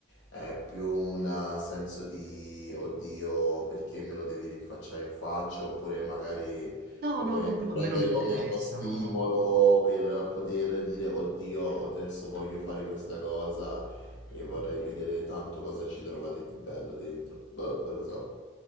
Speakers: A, on the left; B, on the right.
A: è più un senso di oddio perché me lo devi rinfacciare in faccia, oppure magari
B: No,
A: lo
B: no,
A: puoi
B: no,
A: anche
B: quello
A: prendere
B: a me non
A: come
B: interessa,
A: uno stimolo
B: no, no.
A: per poter dire oddio, adesso voglio fare questa cosa e vorrei vedere tanto cosa ci trovate di bello dentro. Boh, non lo so.